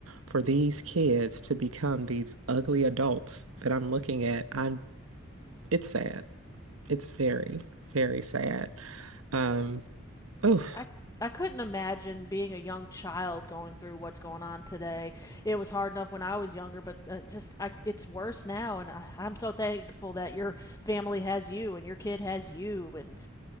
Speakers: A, on the right; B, on the left.
A: for these kids to become these ugly adults that I'm looking at. I'm it's sad. It's very, very sad. Um, oh,
B: I I couldn't imagine being a young child going through what's going on today. It was hard enough when I was younger, but uh, just I it's worse now and I, I'm so thankful that your family has you and your kid has you and